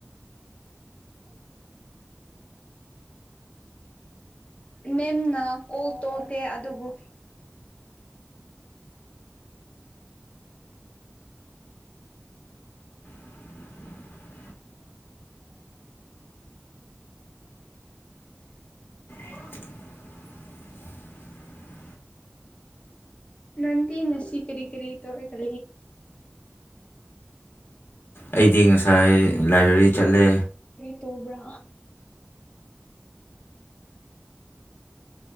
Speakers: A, on the left; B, on the left.
A: ꯑꯣ ꯃꯦꯝꯅ ꯀꯣꯜ ꯇꯧꯗꯦ ꯑꯗꯨꯕꯨ
B: ꯎ ꯁꯨꯔ
A: ꯑꯣ ꯅꯟꯤ ꯅꯁꯤ ꯀꯔꯤ ꯀꯔꯤ ꯇꯣꯔ ꯀꯦ
B: ꯑꯩꯗꯤ ꯉꯁꯥꯏ ꯂꯥꯏꯕ꯭ꯔꯦꯔꯤ ꯆꯠꯂꯦ
A: ꯇꯣꯕ꯭ꯔꯥ